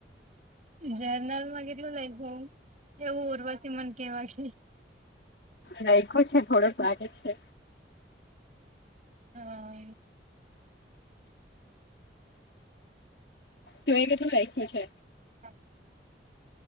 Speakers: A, on the right (about 40°); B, on the left (about 60°).
A: જર્નલમાંગેરે લઈહ એવું ઉર્વસી મન કે વાગે
B: રાખો છે થોડોક વાગે છે
A: હા
B: જો એ કેટલું લખું છે
A: હા